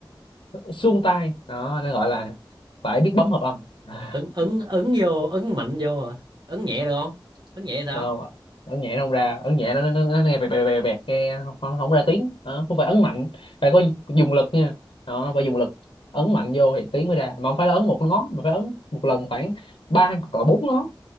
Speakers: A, on the left; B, on the right.
A: uh, tai đó, nó gọi là phải biết bấm hợp âm <laughs>
B: Ấn ấn ấn vô, ấn mạnh vô hả? Ấn nhẹ được không? Ấn nhẹ sao?
A: Thấy không ạ ấn nhẹ nó không ra ấn nhẹ nó nó, nó, nó nghe bẹt bẹt bẹt bẹt nghe không, không không ra tiếng Đó, không phải ấn mạnh phải có dùng lực nha đó phải dùng lực ấn mạnh vô thì tiếng mới ra mà không phải là ấn một ngón mà phải ấn một lần khoảng ba hoặc là bốn ngón